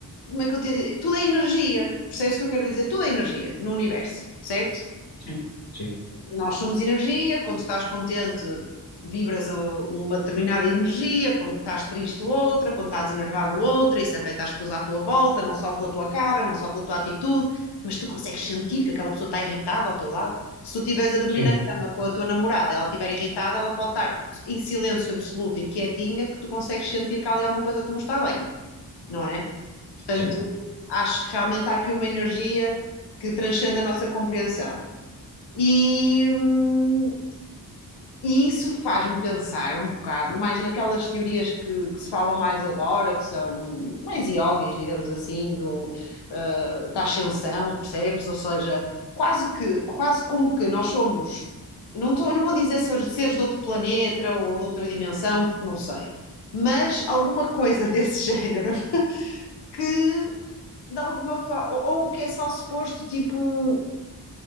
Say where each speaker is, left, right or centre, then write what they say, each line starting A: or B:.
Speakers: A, on the left; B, on the left.
A: como é que eu te digo? Tudo é energia, percebes o que eu quero dizer? Tudo é energia no universo, certo?
B: sim, sim,
A: Nós somos energia, quando estás contente, vibras uma determinada energia, quando estás triste, outra, quando estás enervado, outra, isso afeta as pessoas à tua volta, não só pela tua cara, não só pela tua atitude, mas tu consegues sentir que aquela pessoa está irritada ao teu lado. Se tu estiveres a dormir
B: sim,
A: na cama com a tua namorada, ela estiver irritada, ela pode estar em silêncio absoluto e quietinha, que tu consegues sentir que há ali alguma coisa que não está bem, não é? Portanto,
B: sim.
A: acho que realmente há aqui uma energia que transcende a nossa compreensão. E, hum, e isso faz-me pensar um bocado mais naquelas teorias que, que se falam mais agora, que são mais yogis, digamos assim, do, ah, da ascensão, percebes? Ou seja, quase que, quase como que nós somos, não tô, não vou dizer se- seres de outro planeta ou de outra dimensão, porque não sei, mas alguma coisa <laughs> desse género que de alguma forma, ou, ou que é só suposto, tipo,